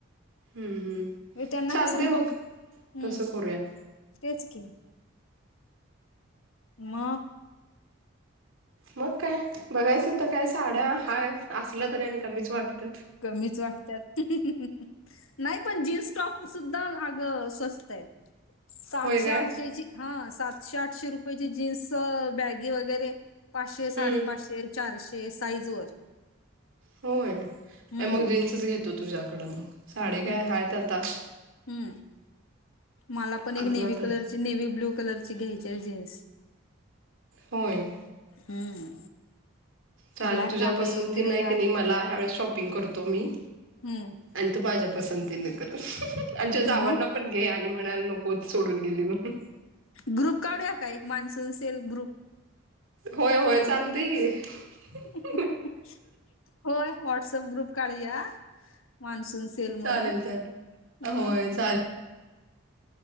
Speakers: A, on the right (about 75°); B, on the left (about 80°).
A: हम् -हम्
B: म्हणजे त्यांना
A: चालतंय
B: कसं बघ
A: मग
B: हम्म
A: तसं करूया.
B: तेच कि, मग
A: मग काय बघायचं होत काय साड्या हायेत असला तरी आणि कमीच वाटतेत.
B: कमीच वाटतात, हं, हु, हु नाही पण जीन्स टॉप सुद्धा अग स्वस्त आहेत. सातशे
A: होय काय
B: आठशेची हा, सातशे आठशे रुपयाची जीन्स बॅगी वगैरे पाचशे, साडेपाचशे,
A: हम्म
B: चारशे साईज वर
A: होय
B: हम्म
A: अ मग जीन्सच घेतो तुझ्याकडं मग, साडी काय
B: बरं
A: हायेत आता.
B: हम्म, मला पण एक
A: अजून
B: नेवी
A: आता
B: कलरची, नेवी ब्ल्यू कलरची घ्यायची आहे जीन्स.
A: होय,
B: हम्म,
A: चालंल
B: ब्लॅक
A: तुझ्या
B: आहे,
A: पसंती
B: ग्रे
A: नाही
B: आहे.
A: क नाही मला ह्या वेळेस शॉपिंग करतो मी.
B: हम्म,
A: आणि तू माझ्या पसंतीने कर. अं, हु, हु आमच्या जावांना
B: मग
A: पण घे आणि म्हणायला नकोत सोडून गेली म्हणुन.
B: ग्रुप काढूया का, एक मान्सून सेल् ग्रुप?
A: होय -होय चालतंय कि.
B: होय, व्हॉट्सअप ग्रुप काढूया मान्सून सेल म्हणून
A: चालेल चालेल
B: म
A: होय चालेल